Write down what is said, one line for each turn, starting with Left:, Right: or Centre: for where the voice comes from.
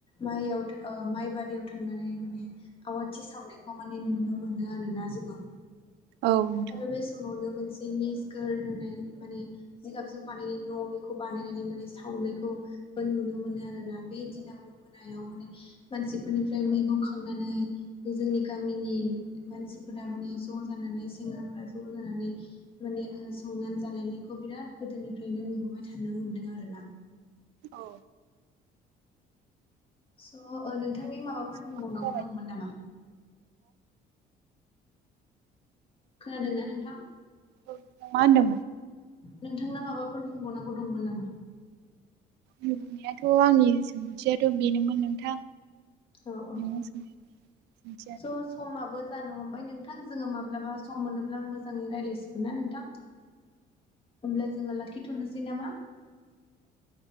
Left: माइयाव ओ माइ बारियाव थांनानै माने आवाथि सावनायखौ माने नुनो मोनो आरोना जोङो।
Right: औ नोंथां
Left: आरो बे समावनो मोनसेनि गोर होनाय माने जिगाबजों बानायनाय न' बेखौ बानायनानै माने सावनायखौबो नुनो मोनो आरोना बे दिनावनो मोनायाव माने मानसिफोरनिफ्राय मैगं खांनानै जोंनि गामिनि मानसिफोरा माने ज' जानानै सेंग्राफ्रा ज' जानानै माने ओ संनानै जालायनायखौ बिराद गोदोनिफ्रायनो नुबोबाय थानो मोन्दों आरोना।
Right: औ
Left: स' ओ नोंथांनि
Right: जाबाय
Left: माबाफोर
Right: नोंथां
Left: बुंबावनांगौ दंमोन नामा? खोनादोंना नोंथां?
Right: औ मा होनदोंमोन?
Left: नोंथांना माबाफोर बुंबावनांगौ दंमोन नामा?
Right: बुंनायाथ' आंनि सोंथियाथ' बेनोमोन नोंथां
Left: औ औ
Right: नोंनि सोंनाय सोंथिया
Left: स' समाबो जानो हमबाय नोंथां। नोंथां जोङो माब्लाबा सम मोनोब्ला मोजाङै रायलायसिगोन ना नोंथां। होमब्ला जोङो लाखिथ'नोसै नामा?